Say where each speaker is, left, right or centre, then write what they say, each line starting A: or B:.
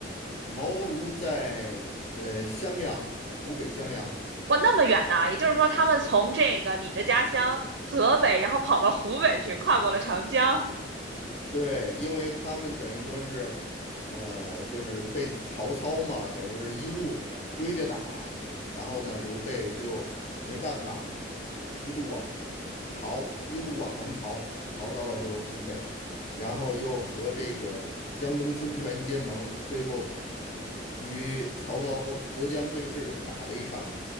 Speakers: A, on the left (about 40°); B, on the right (about 70°).
A: 茅庐在呃襄阳，湖北襄阳，
B: 哇，那么远呢！也就是说，他们从这个你的家乡河北，然后跑到湖北去，跨过了长江。
A: 对，因为他们等于说是，呃，就是被曹操嘛，等于说是一路追着打，然后呢，刘备就没办法，一路往逃，一路往南逃，逃到了这个湖北，然后又和这个江东孙权结盟，最后与曹操隔江对峙，打了一场